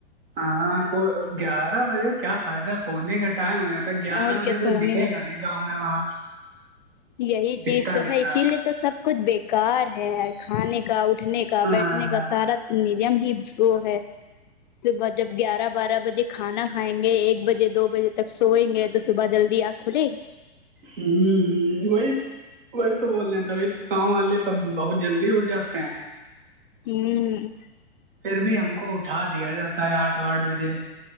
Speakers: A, on the right; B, on the left.
A: ہاں کو گیارہ بجے کیا فائدہ ہے سونے کا ٹائم ہو جاتا ہے گیارہ
B: اور
A: بجے
B: کیا سونے
A: کوئی دکھے
B: کا
A: گا گاؤں میں وہاں
B: یہی
A: دکھتا
B: چیز تو
A: نہیں
B: ہے اسی
A: تھا
B: لیے تو سب کچھ بیکار ہے کھانے کا اٹھنے کا
A: ہ
B: بیٹھنے کا سارا نیم ہی وہ ہے صبح جب گیارہ بارہ بجے کھانا کھائیں گے ایک بجے دو بجے تک سوئیں گے تو صبح جلدی آنکھ کھلے گی <inaudible>
A: ہوں وہی تو <unintelligible> وہی تو بول رہے ہیں تبھی تو کام والے سب بہت جلدی اٹھ جاتے ہیں
B: ہوں
A: پھر بھی ہم کو اٹھا دیا جاتا ہے آٹھ آٹھ بجے